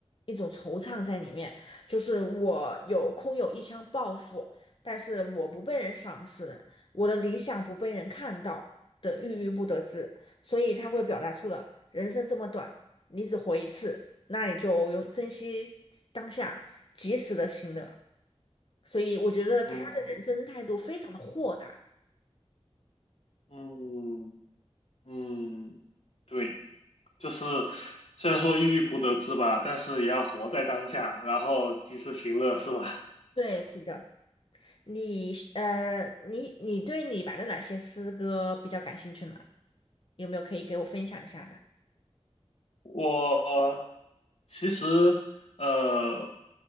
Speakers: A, on the left (about 50°); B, on the left (about 70°).
A: 一种惆怅在里面。就是我有空有一腔抱负，但是我不被人赏识，我的理想不被人看到的郁郁不得志，所以他会表达出了人生这么短，你只活一次。那你就用珍惜当下，及时的行乐。所以我觉得他的人生态度非常的豁达。
B: 嗯嗯嗯，对。就是虽然说郁郁不得志吧，但是也要活在当下，然后及时行乐，是吧？
A: 对，是的，你呃，你你对李白的哪些诗歌比较感兴趣呢？有没有可以给我分享一下的？
B: <laughs> 我其实呃